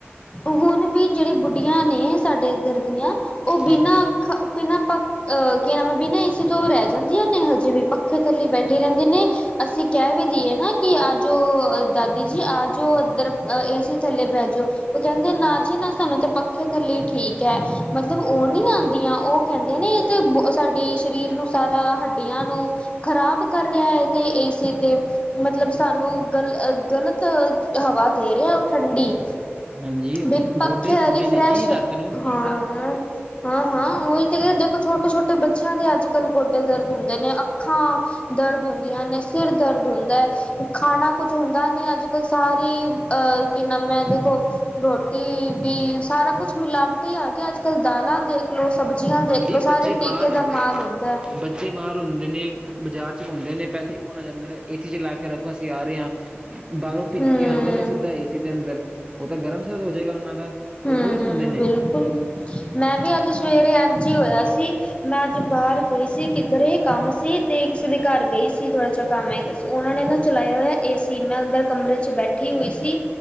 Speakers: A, on the left; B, on the right.
A: ਹੁਣ ਵੀ ਜੇੜੇ ਬੁੱਢੀਆਂ ਨੇ ਸਾਡੇ ਇਧਰ ਦੀਆਂ, ਓ ਬਿਨਾਂ
B: ਹਾਂਜੀ
A: ਅ ਬਿਨਾਂ ਪ ਅਹ ਕੀ ਨਾਮ ਏ ਬਿਨਾਂ ਏਸੀ ਤੋਂ ਰਰੈ ਜਾਂਦੀਆਂ ਨੇ ਹਜੇ, ਵੀ ਪੱਖੇ ਥੱਲੀ ਬੈਠੀ ਰੈਂਦੇ ਨੇ। ਅਸੀਂ ਕੈ ਵੀ ਦੀਏ ਨਾ, ਕਿ ਅੱਜੋ ਦਾਦੀ ਜੀ ਆਜੋ, ਏਦਰ ਏਸੀ ਥੱਲੇ ਬੈਜੋ। ਓ ਕੈਂਨਗੇ ਨਾ ਜੀ ਨਾ, ਸਾਨੂੰ ਤੇ ਪੱਖੇ ਥੱਲੇ ਈ ਠੀਕ ਐ ਮਤਲਬ, ਓ ਨਈਂ ਆਂਦੀਆਂ ਓ। ਕੈਂਦੇ ਆ ਨੇ ਤੇ ਬ ਸਾਡੀ ਸਰੀਰ ਨੂੰ ਸਾਰਾ, ਹੱਡੀਆਂ ਨੂੰ ਖਰਾਬ ਕਰ ਰੇਯਾ ਏਤੇ ਏਸੀ ਤੇ ਮਤਲਬ ਸਾਨੂੰ ਗਲ ਗਲਤ ਅ ਹਵਾ ਦੇ ਰੇਯਾ, ਓ ਠੰਡੀ।
B: ਹਾਂਜੀ
A: ਵੀ ਪੱਖੇ
B: ਗੋਡੇ ਦੁਖਦੇ
A: ਹਲੀ ਫਰੈਸ਼,
B: ਨੇ ਜੀ ਰਾਤ ਨੂੰ।
A: ਹਾਂ। ਹਾਂ-ਹਾਂ ਓਹੀ ਤਾਂ ਕੇਯਾ ਦੇਖੋ, ਛੋਟੇ-ਛੋਟੇ ਬੱਚੇਆਂ ਦੇ ਅੱਜ-ਕੱਲ ਗੋਡੇ ਦਰਦ ਹੁੰਦੇ ਨੇ ਅੱਖਾਂ ਦਰਦ ਹੁੰਦੀਆਂ ਨੇ, ਸਿਰ ਦਰਦ ਹੁੰਦੈ। ਖਾਣਾ ਕੁੱਝ ਹੁੰਦਾ ਨ ਅੱਜ ਸਾਰੀ ਅਹ ਕੀ ਨਾਮ ਐ ਦੇਖੋ, ਰੋਟੀ ਵੀ ਸਾਰਾ ਕੁਛ ਮਿਲਾ ਕੀ ਆ ਗਯਾ ਅੱਜ-ਕੱਲ ਦਾਲਾਂ ਦੇਖਲੋ, ਸਬਜ਼ੀਆਂ
B: ਹਾਂਜੀ
A: ਦੇਖਲੋ,
B: ਬੱਚੇ
A: ਸਾਰੇ ਟੀਕੇ
B: ਬਾਹਰ ਹੁੰਦੇ
A: ਦਾ ਮਾਲ ਹੁੰਦੈ।
B: ਬੱਚੇ ਬਾਰ ਹੁੰਦੇ ਨੇ ਬਜ਼ਾਰ ਚ ਘੁੰਮਦੇ ਨੇ ਪੈਲੇ ਈ ਫੋਨ ਆ ਜਾਂਦੇ ਨੇ ਏਸੀ ਚਲਾ ਕੇ ਰੱਖੋ, ਅਸੀਂ ਆ ਰੇ ਆਂ। ਬਾਰੋਂ ਭਿੱਜ
A: ਹਮ
B: ਕੇ ਆਂਦੇ ਨੇ ਸਿੱਧਾ ਏਸੀ ਦੇ ਅੰਦਰ, ਓ ਤਾਂ ਗਰਮ-ਸਰਦ ਹੋ ਜੇਗਾ ਓਨਾਂ ਦਾ। ਉਹ
A: ਹੂੰ,
B: ਥੋੜ੍ਹੀ ਸੁਣਦੇ ਨੇ
A: ਬਿਲਕੁਲ ਮੈਂ ਵੀ ਅੱਜ ਸਵੇਰੇ ਐੰਜੀ ਹੋਆ ਸੀ। ਮੈਂ ਅੱਜ ਬਾਰ ਗਈ ਸੀ ਕਿੱਧਰੇ ਕੰਮ ਸੀ, ਤੇ ਕਿਸੇ ਦੇ ਘਰ ਗਈ ਸੀ ਥੋੜਾ ਜੇਆ ਕੰਮ ਹੈਗਾ ਸੀ। ਓਨਾਂ ਨੇ ਨਾ ਚਲਾਆ ਹੋਆ ਏਸੀ, ਮੈਂ ਅੰਦਰ ਕਮਰੇ 'ਚ ਬੈਠੀ ਹੋਈ ਸੀ।